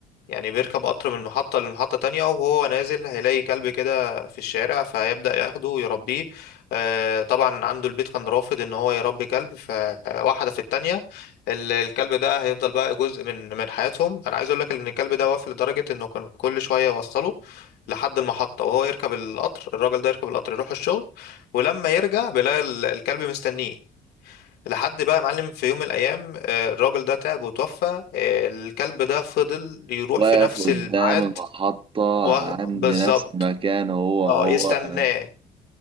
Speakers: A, on the left; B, on the right.
A: يعني بيركب قطر من محطة لمحطة تانية وهو نازل هيلاقي كلب كده في الشارع فهيبدأ ياخده ويربيه آه، طبعا عنده البيت كان رافض ان هو يربي كلب فواحدة في التانية ال- الكلب ده هيفضل بقى جزء من من حياتهم انا عايز اقول لك ان الكلب ده وافي لدرجة انه كان كل شوية يوصله لحد المحطة وهو يركب القطر الراجل ده يركب القطر يروح الشغل ولما يرجع بيلاقي ال- الكلب مستنيه لحد بقى يا معلم في يوم من الايام آه، الراجل ده تعب وتوفى آه، الكلب ده فضل يروح
B: واقف
A: في نفس
B: قدام
A: الميعاد
B: المحطه
A: و-
B: عند
A: بالظبط
B: نفس المكان هو هو
A: اه يستناه
B: انا